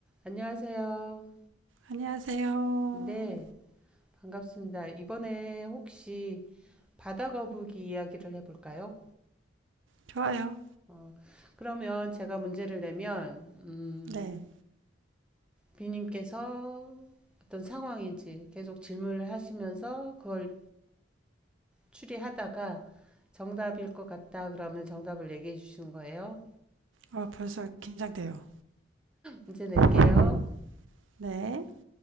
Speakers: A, in the centre; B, on the right (about 85°).
A: 안녕하세요.
B: 안녕하세요.
A: 네, 반갑습니다. 이번에 혹시 바다 거북이 이야기를 해볼까요?
B: 좋아요.
A: 어, 그러면 제가 문제를 내면, 음,
B: 네.
A: 비님께서 어떤 상황인지 계속 질문을 하시면서 그걸 추리하다가 정답일 것 같다 그러면 정답을 얘기해 주시는 거예요.
B: 어, 벌써 긴장돼요.
A: 문제
B: <laughs>
A: 낼게요.
B: 네.